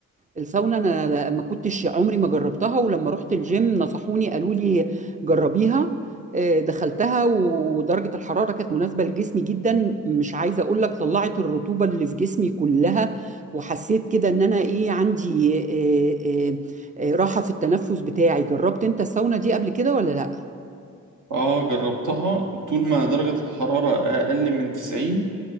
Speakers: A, on the right (about 20°); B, on the right (about 60°).
A: الساونا انا ما كنتش عمري ما جربتها ولما رحت الجيم نصحوني قالوا لي جربيها آه، دخلتها ودرجه الحراره كانت مناسبه لجسمي جدا مش عايزه اقول لك طلعت الرطوبه اللي في جسمي كلها وحسيت كده ان انا ايه عندي آه، آه، آه، راحه في التنفس بتاعي جربت انت الساونا دي قبل كده ولا لا
B: اه جربتها طول ما درجة الحرارة اقل من 90